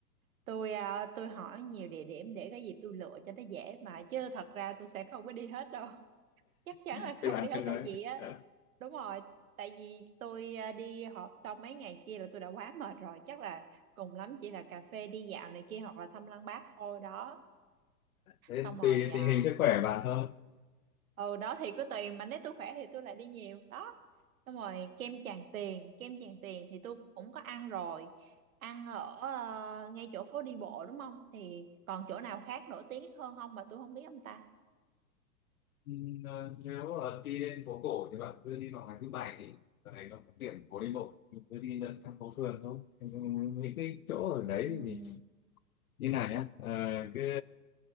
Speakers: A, on the right; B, on the left.
A: tôi à, tôi hỏi nhiều địa điểm để cái gì tôi lựa cho nó dễ mà chứ thật ra tôi sẽ không có đi hết đâu <laughs> chắc chắn
B: ờ,
A: là không
B: thì bạn
A: đi hết
B: cân đối
A: tại vì á
B: ờ,
A: đúng rồi tại vì tôi à, đi họp xong mấy ngày kia là tôi đã quá mệt rồi chắc là cùng lắm chỉ là cà phê đi dạo này kia hoặc là thăm lăng Bác thôi đó
B: thế
A: xong rồi
B: tùy
A: à,
B: tình hình sức khỏe bạn thôi
A: ừ đó thì cứ tùy mà nếu tôi khỏe thì tôi lại đi nhiều đó xong rồi kem Tràng Tiền kem Tràng Tiền thì tôi cũng có ăn rồi ăn ở ờ, ngay chỗ phố đi bộ đúng không thì còn chỗ nào khác nổi tiếng hơn không mà tôi không biết không ta
B: Ừm, ờ, nếu ờ, đi lên phố cổ thì bạn cứ đi vào ngày thứ bảy thì ở đấy nó có điểm phố đi bộ mình cứ đi lượn thăm phố phường thôi Ừm, những cái chỗ
A: Ừm,
B: ở đấy thì mình như này nhá ờ, cứ